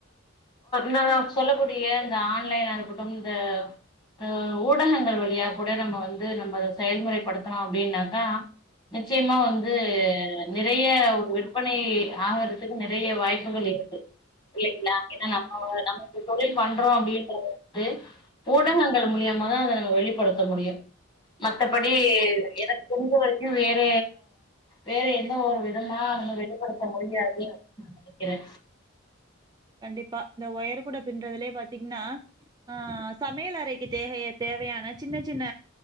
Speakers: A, on the left; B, on the right.
A: நம்மள சொல்லக்கூடிய இந்த ஆன்லைன் அனுப்பு எந்த உம் ஊடகங்கள் வழியா கூட நம்ம வந்து நம்ப அத செயல்முறைப்படுத்துனோ அப்டின்னாக்கா நிச்சயமா வந்து நிறைய விற்பனை ஆகறத்துக்கு நெறைய வாய்ப்புகள் இருக்கு இல்லைங்ளா ஏனா நம்ப நமக்கு தொழில் பண்றோ அப்டின்றத ந்து ஊடகங்கள் மூலியமாதான் அதை நம்ம வெளிப்படுத்த முடியும் மத்தபடி எனக்கு தெரிஞ்ச வரைக்கும் வேற வேற எந்த ஒரு விதமா நம வெளிப்படுத்த முடியாது அப்படின்னு நான் நினைக்கிறேன்.
B: கண்டிப்பா இந்த ஒயர் கூட பின்றதுலயே பாத்தீங்கன்னா ஆ சமையல் அறைக்கு தேகைய தேவையான சின்ன சின்ன